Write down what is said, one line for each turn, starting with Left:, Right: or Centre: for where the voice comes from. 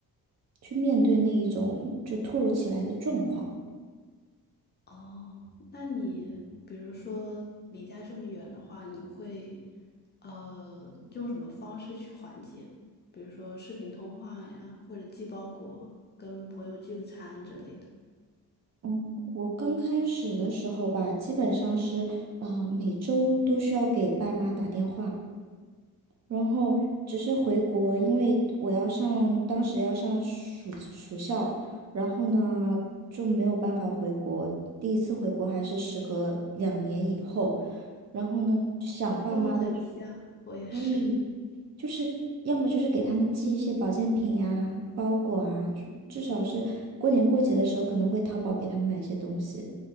Right: 去面对那一种就突如其来的状况。
Left: 哦，那你比如说离家这么远的话，你会呃用什么方式去缓解呢？比如说视频通话呀，或者寄包裹、跟朋友聚个餐之类的。
Right: 嗯，我刚开始的时候吧，基本上是啊，每周都需要给爸妈打电话。然后只是回国，因为我要上，当时要上暑暑校，然后呢就没有办法回国。第一次回国还是时隔两年以后，然后呢就想爸妈的，
Left: 你跟我很像，我也是。
Right: 对，就是要么就是给他们寄一些保健品呀、包裹啊，至至少是过年过节的时候可能会淘宝给他们买一些东西。